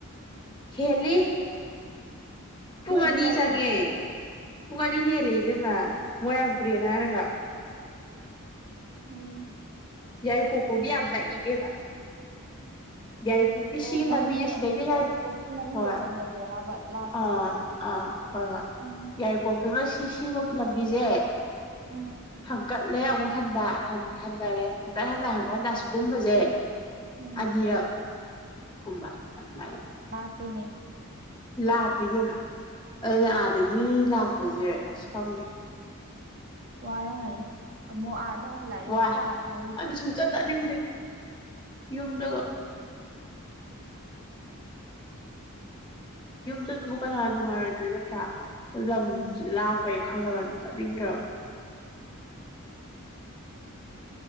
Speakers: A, on the left (about 20°); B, on the right (about 45°).
A: ꯍꯦꯂꯤ ꯄꯨꯡ
B: ꯅꯣꯏꯗꯤ
A: ꯑꯅꯤ
B: ꯌꯥꯏꯔꯤꯄꯣꯛ
A: ꯆꯪꯉꯦ ꯄꯨꯡ ꯑꯅꯤ ꯍꯦꯜ ꯂꯩꯕꯦꯝꯃ ꯃꯣꯏꯔꯥꯡ ꯄꯨꯨꯔꯦꯅ ꯍꯥꯏꯔꯒ
B: ꯎꯝ
A: ꯌꯥꯏ ꯄꯣꯀꯣꯗꯤ ꯌꯥꯝ ꯅꯥꯛ ꯑ ꯏꯕꯦꯝꯃꯥ ꯌꯥꯏꯔꯤꯄꯣꯛꯀꯤ
B: ꯑꯣ
A: ꯁꯤꯒꯤ
B: ꯃꯅꯨꯡꯗ
A: ꯂꯝꯕꯤ ꯁꯤꯗꯩꯗ
B: ꯌꯥꯏꯔꯤꯄꯣꯛꯀꯤ
A: ꯌꯥ
B: ꯃꯅꯨꯡꯗ
A: ꯍꯣꯏ
B: ꯆꯪꯕꯗꯨꯔꯕ ꯂꯥꯞꯄꯤꯁꯦ
A: ꯑꯥ ꯑꯥ ꯍꯣꯏ ꯍꯣꯏ
B: ꯎꯝ
A: ꯌꯥꯏꯔꯤꯄꯣꯛ ꯊꯣꯏꯅꯣ ꯁꯤꯁꯤꯕ ꯄꯤ ꯂꯂꯝꯕꯤꯖꯦ
B: ꯎꯝ
A: ꯍꯪꯀꯠꯂꯦ ꯑꯃꯨꯛ ꯍꯟꯗꯔ꯭ꯦ ꯍꯟꯊꯔꯦ ꯍꯟꯀꯠ ꯍꯟꯊꯟꯀꯥꯟꯗ ꯑꯁꯤꯒꯨꯝꯕꯁꯦ
B: ꯎꯝ
A: ꯑꯅꯤꯔꯛ ꯀꯨꯝꯕ ꯑꯗꯨ ꯃꯥꯔꯦ
B: ꯄꯅꯦ
A: ꯂꯥ ꯄꯤꯕꯦ ꯃꯥ ꯑ ꯑꯗꯒꯤ ꯂꯛꯄ ꯃꯖ ꯑꯁ ꯈꯝꯗꯦ
B: ꯋꯥꯔꯒꯅꯤ ꯑꯃꯨꯛ ꯑ ꯍꯨ ꯂꯥꯏꯔ
A: ꯋꯥꯏ
B: ꯄꯥꯗꯗ
A: ꯑꯗꯨ ꯁꯨꯡꯆꯠ ꯆꯠꯅꯤꯡꯗꯦ ꯌꯨꯝꯗꯒ
B: <inaudible> <unintelligible>
A: ꯃ ꯃꯈꯅ <inaudible> <unintelligible> ꯅꯨꯡꯉꯥꯏꯔꯣꯏꯗꯣꯏ ꯅꯠꯇ꯭ꯔꯥ ꯂꯝ
B: ꯎꯝ
A: ꯂꯥꯞꯄꯦ ꯈꯜꯂꯒꯗꯤ ꯆꯥꯅꯤꯡꯗ